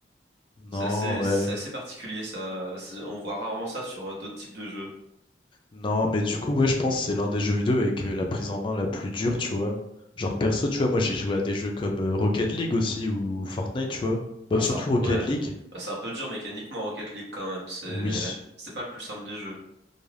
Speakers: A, on the left (about 30°); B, on the right (about 70°).
A: Non,
B: C'est assez,
A: ouais.
B: c'est assez particulier, ça. C'est- On voit rarement ça sur euh, d'autres types de jeux.
A: Non, mais du coup, ouais, je pense que c'est l'un des jeux vidéo avec euh, la prise en main la plus dure, tu vois. Genre perso, tu vois, moi j'ai joué à des jeux comme euh, Rocket League aussi ou Fortnite, tu vois. Bah,
B: Ah, c'est
A: surtout
B: un,
A: Rocket
B: ouais.
A: League,
B: Bah, c'est un peu dur mécaniquement Rocket League quand même. C'est,
A: oui.
B: c'est pas le plus simple des jeux.